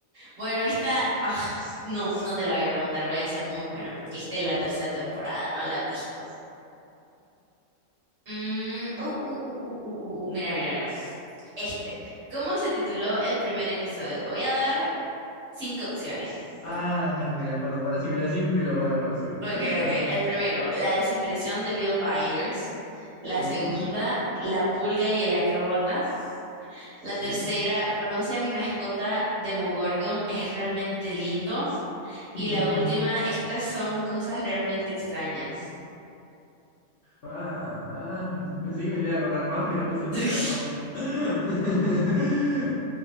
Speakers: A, on the right (about 55°); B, on the left (about 50°).
A: bueno, esta, ah, no, no te la voy a preguntar, voy a ser muy buena porque esta es la tercera temporada, no la has visto. Mm, uh, uh, uh, uh, uh, uh, uh, Mira, mira, mira. Este. ¿Cómo se tituló el primer episodio? Te voy a dar cinco opciones.
B: Ah, eh, me lo acuerdo. Para si me lo decís, me lo voy a acordar seguro.
A: Ok,
B: <laughs> A
A: ok.
B: ver,
A: El primero, la desaparición de Bill Byers. La
B: sí,
A: segunda, la pulga y el acróbata.
B: sí.
A: La tercera, conoce a mi mascota Demogorgon, es realmente lindo.
B: <laughs>
A: Y la última, estas son cosas realmente extrañas.
B: Ah, ay, pensé que me lo iba a acordar más, pero no sé
A: <laughs>
B: si me lo acuerdo tanto. <laughs>